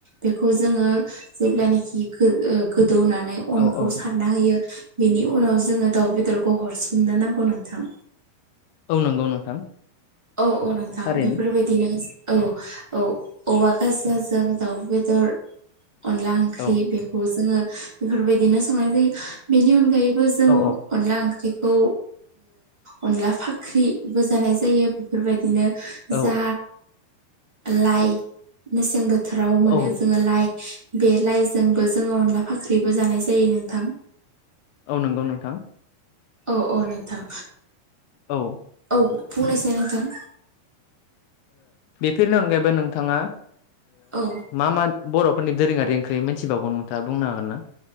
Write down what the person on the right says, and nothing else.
बिखौ जोंङो जेब्लानाखि गो दौनानै
अनखौ
सारना होयो। बेनि उनाव जोङो दाउ बेदरखौ हरसननो नांगौ नोंथां।
औ औ नोंथां
बेफोर बायदिनो औ। औ औवा गाजलाजों जों दाउ बेदर अनला ओंख्रि
बेखौ जोङो। बेफोरबायदिनो संनाय जायो बेनि अनगायैबो जों
अनला ओंख्रि। ओंख्रिखौ अनला फाख्रिबो जानाय जायो बेफोर बायदिनो
जा लाइ मेसें बोथोर बोथोराव मोनो
जोङो लाइ। बे लाइजोंबो जोङो अनला फाख्रिबो जानाय जायो नोंथां।
औ औ नोंथां।
औ बुंनायसाय नोंथां।
औ